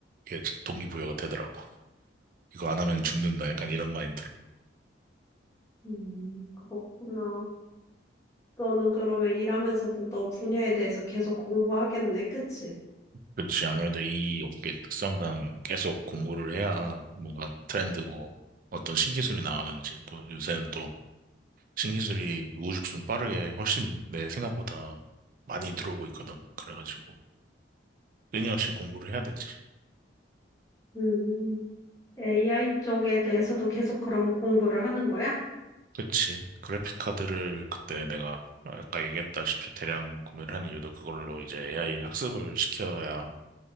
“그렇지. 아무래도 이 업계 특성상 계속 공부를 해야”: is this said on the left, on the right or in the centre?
Right